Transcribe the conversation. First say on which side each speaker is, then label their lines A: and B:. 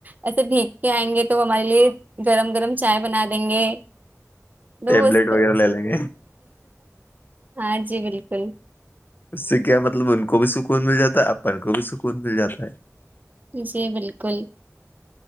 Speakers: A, on the right (about 30°); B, on the left (about 40°).
A: ایسے بھیگ کے آئیں گے تو وہ ہمارے لیے گرم گرم چائے بنا دیں گے
B: ٹیبلٹ
A: دوست
B: وغیرہ لے ل گ
A: ہاں جی بالکل
B: اس سے کیا مطلب ان کو بھی سکون مل جاتا ہے اپن کو بھی سکون مل جاتا ہے
A: جی بالکل